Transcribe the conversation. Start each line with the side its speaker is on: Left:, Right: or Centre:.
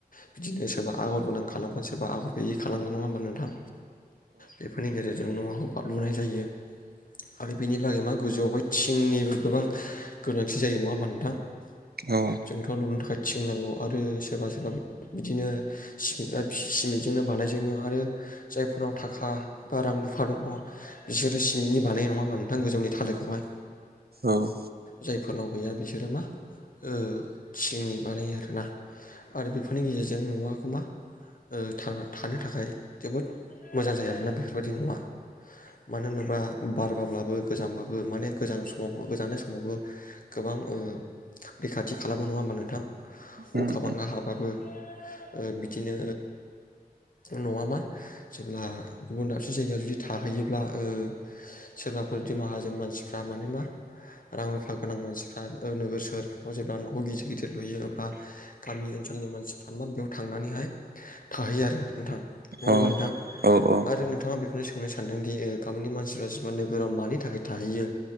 Left: बिदिनो सोरबा आगर गोनां खालामगोन सोरबा आगर गैयि खालामगोन नङा होमबा नोंथां? बेफोरनि गेजेर जों न'आखौ बा लुनाय जायो आरो बिनि लागै मा गोजौआवहाय थिंनिबो गोबां गोनांथि जायो नङा होमबा नोंथां?
Right: औ
Left: जोंथ' लुनो थाखाय थिं नांगौ आरो सोरबा सोरबा बिदिनो सिमेटा सिमेन्टजोंनो बानायजोबो आरो जायफोरनाव थाखा बा रां रुफा दङ बिसोरो सिमेन्टनि बानायो नङा होमबा नोंथां गोजौनि थालोखौहाय?
Right: औ।
Left: जायफोरनाव गैया बिसोरो मा ओ थिंनि बानायो आरोना आरो बेफोरनि गेजेरजों न'आखौ मा ओ थां थानो थाखाय जोबोद मोजां जायो आरोना बेफोर बादि न'आ। मानो होनोबा बार बारब्लाबो गोजांब्लाबो माने गोजां समावबो गोजांनाय समावबो गोबां ओ रैखाथि खालामो नङा होमबा नोंथां?
Right: उम
Left: अखा बांखा
Right: उम
Left: हाबाबो ओ बिदिनो ओ न'आ मा जेब्ला गुबुन दाबसे जायगायाव जुदि थाहैयोब्ला ओ सोरबाफोर दि माहाजोन मानसिफ्रा माने मा रां रुफा गोनां मानसिफ्रा नोगोर सोहोरफ्राव जेब्ला न' गिदिर गिदिर लुयो अब्ला गामि ओनसोलनि मानसिफ्रा मा बेयाव थांनानैहाय थाहैयो आरो नोंथां। नङा होमबा
Right: औ
Left: नोंथां
Right: औ औ।
Left: आरो नोंथाङा बेखौनो सोंनो सानदोंदि ओ गामिनि मानसिफ्रा जेनबा नोगोराव मानि थाखाय थाहैयो